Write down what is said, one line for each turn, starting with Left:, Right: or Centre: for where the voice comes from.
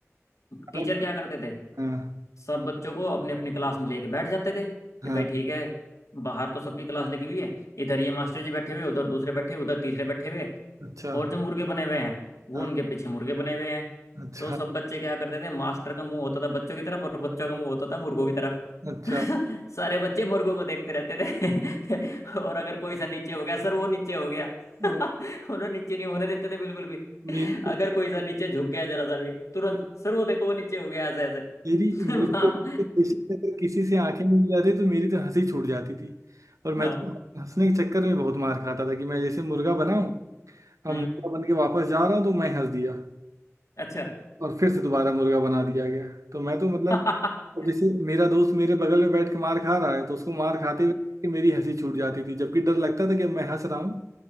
Left: टीचर
Right: अलग अलग
Left: क्या करते थे
Right: हाँ
Left: सब बच्चों को अपने अपने क्लास में लेके बैठ जाते थे कि
Right: हाँ
Left: भाई ठीक है बाहर तो सबकी क्लास लगी हुई है इधर ये मास्टर जी बैठे हुए उधर दूसरे बैठे हुए उधर तीसरे बैठे हुए
Right: अच्छा
Left: और जो मुर्गे बने हुए हैं वो
Right: हाँ
Left: उनके पीछे मुर्गे बने हुए हैं
Right: अच्छा
Left: तो सब बच्चे क्या करते थे मास्टर का मुंह होता था बच्चों की तरफ और बच्चों का मुंह होता था मुर्गों की तरफ
Right: अच्छा
Left: <laughs> तो सारे बच्चे मुर्गों को देखते रहते थे <laughs> और अगर कोई सा नीचे हो गया सर वो नीचे हो गया
Right: <laughs>
Left: <laughs> उन्हें नीचे नहीं होने देते थे बिल्कुल भी
Right: मेरी
Left: <laughs> अगर कोई सा नीचे झुक गया जरा सा भी तुरंत सर वो देखो वो नीचे हो गया ऐसे
Right: मेरी मेरी
Left: <laughs> वाह
Right: ऐसी थी, अगर किसी से आंखें मिल जाती तो मेरी तो हंसी छूट जाती थी और मैं
Left: हाँ
Right: तो हंसने के चक्कर में बहुत मार खाता था कि मैं जैसे मुर्गा बना हूँ अब
Left: हम्म
Right: मुर्गा बन के वापस जा रहा हूँ तो मैं हंस दिया
Left: अच्छा
Right: और फिर से दोबारा मुर्गा बना दिया गया तो मैं तो मतलब
Left: <laughs> हम्म
Right: अब जैसे मेरा दोस्त मेरे बगल में बैठ के मार खा रहा है तो उसको मार खाते हुए देख के मेरी हंसी छूट जाती थी जबकि डर लगता था कि अब मैं हंस रहा हूँ